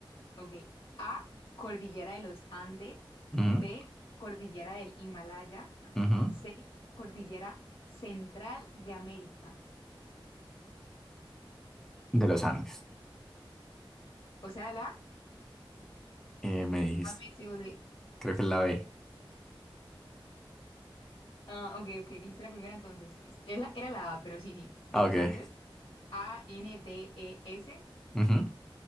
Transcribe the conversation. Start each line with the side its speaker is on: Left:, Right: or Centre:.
Left: Ok. A, cordillera de los Andes.
Centre: Ujú,
Left: B, cordillera del Himalaya.
Centre: ujú.
Left: C, cordillera central de América.
Centre: De los Andes,
Left: O sea, la
Centre: eh, me dijiste.
Left: A, B, C o D.
Centre: Creo que es la B.
Left: Ah, ok, ok, dijiste la primera entonces. Es- es la- Era la A, pero sí, sí, de
Centre: Ah,
Left: los
Centre: ok.
Left: Andes. A, N, D, E, S.
Centre: Ujú.